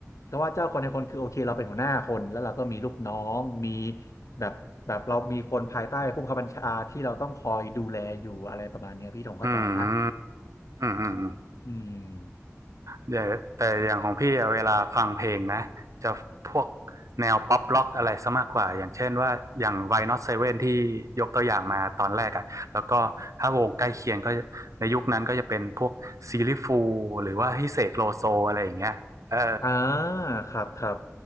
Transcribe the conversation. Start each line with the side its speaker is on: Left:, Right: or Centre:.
Left: ก็ว่าเจ้าคนในคนคือโอเคเราเป็นหัวหน้าคนแล้วเราก็มีลูกน้องมีแบบแบบเรามีคนภายใต้ผู้บังคับบัญชาที่เราต้องคอยดูแลอยู่อะไรประมาณเนี้ยพี่ธงเข้าใจนะ
Right: อืมอืมอืมอืม
Left: อืม
Right: เดี๋ยวแต่อย่างของพี่อะเวลาฟังเพลงนะจะพวกแนวป๊อปล็อกอะไรซะมากกว่าอย่างเช่นว่าอย่าง Why Not Seven ที่ยกตัวอย่างมาตอนแรกอ่ะแล้วก็ถ้าวงใกล้เคียงก็ในยุคนั้นก็จะเป็นพวกซีลิฟูหรือว่าฮิเสกโลโซอะไรอย่างเงี้ยเออ
Left: อ่าครับครับ